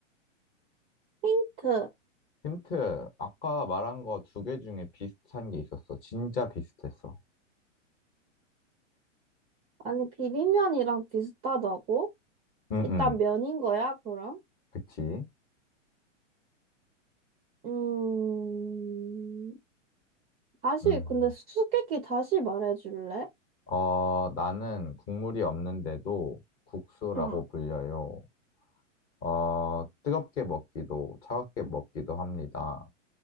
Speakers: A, on the right (about 15°); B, on the left (about 25°).
A: 힌트.
B: <laughs> 힌트. 아까 말한 거 두 개 중에 비슷한 게 있었어. 진짜 비슷했어.
A: 아니, 비빔면이랑 비슷하다고?
B: 응,
A: 일단
B: 응.
A: 면인 거야, 그럼?
B: 그치?
A: 음, 다시,
B: 음.
A: 근데 수수께끼 다시 말해줄래?
B: 어, 나는 국물이 없는데도 국수라고
A: 응.
B: 불려요. 어, 뜨겁게 먹기도, 차갑게 먹기도 합니다.